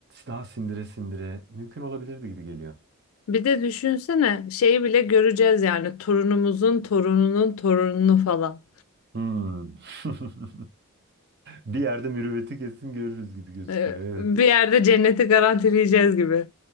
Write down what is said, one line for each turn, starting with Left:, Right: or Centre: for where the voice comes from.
Right: daha sindire sindire mümkün olabilirdi gibi geliyor.
Left: Bir de düşünsene şeyi bile göreceğiz yani torunumuzun torununun torununu falan.
Right: Hmm. <laughs> Bir yerde mürüvveti kesin görürüz gibi gözüküyor.
Left: Ee,
Right: Evet.
Left: bir yerde cenneti garantileyeceğiz gibi.